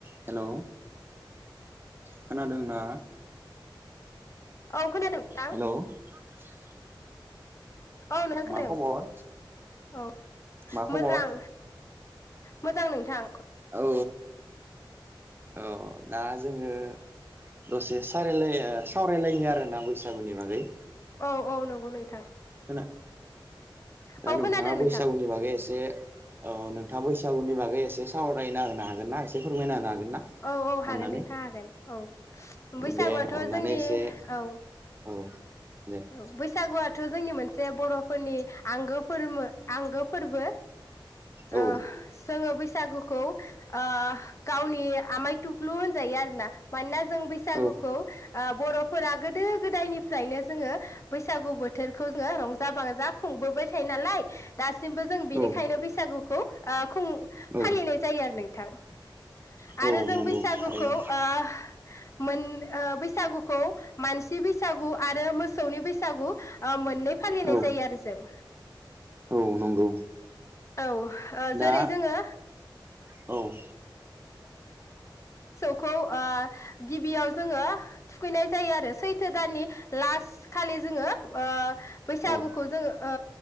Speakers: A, on the right (about 25°); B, on the left (about 35°).
A: <inaudible> Hello खोनादोंना
B: औ खोनादों नोंथां
A: हेलौ <inaudible>
B: औ नोंथां खोनादों
A: मा खबर
B: औ
A: मा खबर
B: मोजां मोजां नोंथां
A: औ औ दा जोङो दसे सावरायलाया सावरायलायनो आरो ना बैसागुनि बागै
B: औ औ नंगौ नोंथां
A: <inaudible> अ दा
B: औ
A: नोंथाङा
B: खोनादों
A: बैसागुनि
B: नोंथां
A: बागै एसे औ नोंथाङा बैसागुनि बागै एसे सावरायना होनो हागोन ना एसे फोरमायना होनो हागोन ना
B: औ औ
A: अननानै
B: हागोन नोंथां हागोन औ बैसागुआथ'
A: दे अननानै
B: जोंनि
A: एसे
B: औ
A: औ दे
B: औ बैसागु थ जोंनि मोनसे बर'फोरनि आंगो फोरमो आंगो फोरबो
A: औ
B: अ जोङो बेैसो बैसागुखौ ओ गावनि आमाय टुकलु होनजायो आरोना मानोना जों बैसागुखौ
A: औ
B: ओ बर'फोरा गोदो गोदायनिफ्रायनो जोङो बैसागुबोथ बोथोरखौ जोङो रंजा बाजा खुंबोबाय थायो नालाय दा दासिमबो जों बिनिखायनो
A: औ
B: बैसागुखौ ओ खौ
A: औ
B: फालिनाय जायो आरो नोंथां थां
A: औ
B: आरो जों
A: नंगौ
B: बैसागुखौ
A: थारैनो
B: ओ मोन ओ बैसागुखौ मानसि बैसागु आरो मोसौ सौनि बैसागु ओ मोननै फालिनाय
A: औ
B: जायो आरो जों
A: औ नंगौ
B: औ
A: दा
B: जेरै जोङो
A: औ
B: खौ ओ गिबियाव जोङो थुखैनाय जायो आरो सैथो दाननि लास्ट खालि जोङो ओ बैसागुखौ
A: औ
B: जोङो ओ